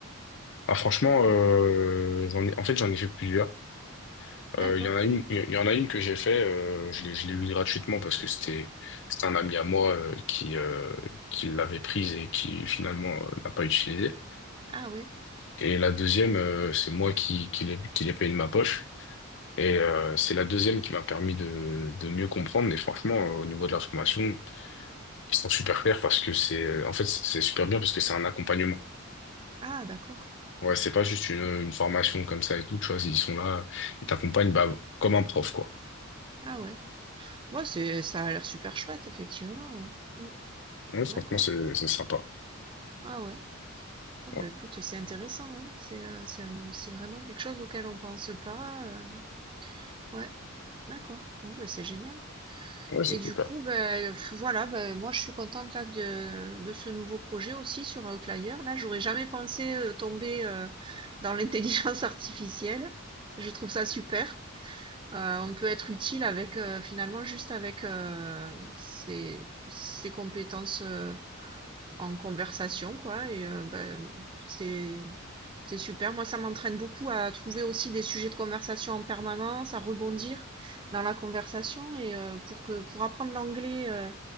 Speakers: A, on the left (about 60°); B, on the right (about 25°).
A: Ah, franchement, euh,
B: Mm.
A: j'en ai, en fait, j'en ai fait plusieurs.
B: D'accord.
A: Euh, Il y en a une, il y en a une que j'ai fait, euh, je l'ai, je l'ai eue gratuitement parce que c'était, c'était un ami à moi euh, qui, euh, qui l'avait prise et qui finalement euh, l'a pas utilisée.
B: Ah ouais.
A: Et la deuxième, euh, c'est moi qui, qui l'ai, qui l'ai payée de ma poche. Et euh, c'est la deuxième qui m'a permis de, de mieux comprendre. Et franchement, euh, au niveau de la formation, ils sont super clairs parce que c'est, en fait, c'est super bien parce que c'est un accompagnement.
B: Ah d'accord.
A: Ouais, c'est pas juste une, une formation comme ça et tout, tu vois, ils sont là, ils t'accompagnent bah, comme un prof, quoi.
B: Ah ouais. Moi, c'est, ça a l'air super chouette, effectivement, ouais. Mm.
A: Ouais, franchement,
B: D'accord.
A: c'est c'est sympa.
B: Ah ouais. Ah bah
A: Ouais,
B: écoute, c'est intéressant, hein. C'est, euh, c'est, un- c'est vraiment quelque chose auquel on pense pas. euh. Ouais. D'accord. Bon, bah, c'est génial.
A: ouais, c'est
B: Et du
A: super.
B: coup, ben f voilà, ben moi je suis contente là de de ce nouveau projet aussi sur Outlier là. J'aurais jamais pensé, heu, tomber, heu, dans l'intelligence <laughs> artificielle. Je trouve ça super. Heu, on peut être utile avec, heu, finalement juste avec, heu, ses ses compétences, heu en conversation, quoi. Et euh, ben, c'est c'est super. Moi, ça m'entraîne beaucoup à trouver aussi des sujets de conversation en permanence, à rebondir dans la conversation. Et euh, pour que pour apprendre l'anglais euh,